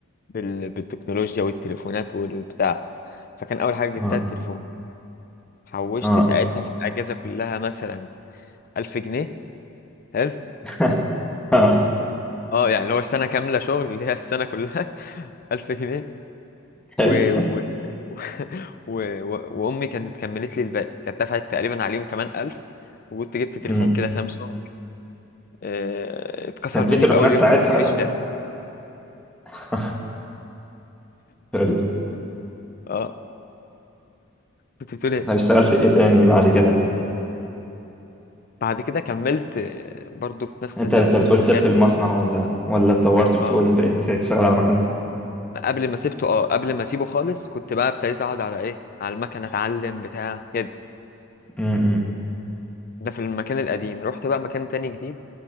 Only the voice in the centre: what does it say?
اه
اه
<laughs> اه
حلو
أمم.
كان في
تليفونات
ساعتها
<laughs> حلو.
طب اشتغلت ايه تاني بعد كده
انت
انت بتقول سبت المصنع ولا ولا اتطورت بتقول
بقيت تشتغل على مكنه
امم